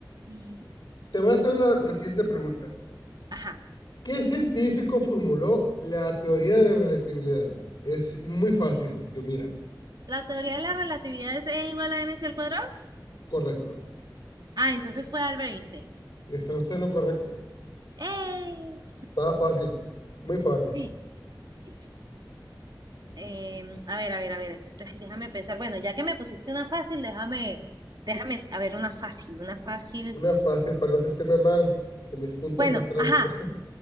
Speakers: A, on the right; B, on the left.
A: Y
B: te voy a hacer la, la siguiente pregunta.
A: Ajá.
B: ¿Qué científico formuló la teoría de relatividad? Es muy fácil, yo mira,
A: ¿La teoría de la relatividad es E igual a mc al cuadrado?
B: correcto.
A: Ah, entonces fue Albert Einstein.
B: Está usted en lo correcto.
A: ¡Eh!
B: Está fácil, muy fácil.
A: sí, sí. Em, a ver, a ver, a ver. ay, Déjame pensar. Bueno, ya que me pusiste una fácil, déjame, déjame, a ver, una fácil, una fácil.
B: Una fácil para no sentirme mal de mis puntos
A: Bueno,
B: atrás.
A: ajá.
B: <laughs>